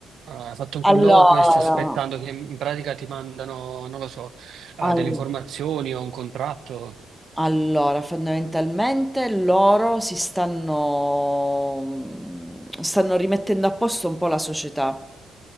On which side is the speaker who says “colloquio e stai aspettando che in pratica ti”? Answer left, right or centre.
Right